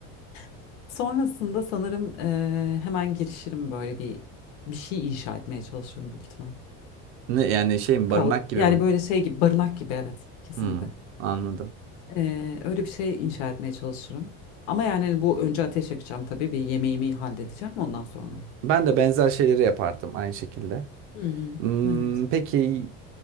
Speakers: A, on the left (about 85°); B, on the right (about 45°).
A: <laughs> Sonrasında sanırım eee, hemen girişirim böyle bir bir şey inşa etmeye çalışıyorum büyük ihtimal.
B: Ne yani şey mi
A: Kal
B: barınak gibi
A: yani
B: mi?
A: böyle şey gibi barınak gibi evet kesinlikle.
B: Hı, anladım.
A: Eee, öyle bir şey inşa etmeye çalışırım. Ama yani hani bu önce ateş yakacağım tabii bir yemeğimi halledeceğim ondan sonra.
B: Ben de benzer şeyleri yapardım aynı şekilde.
A: Hı hı,
B: Hmm,
A: evet.
B: peki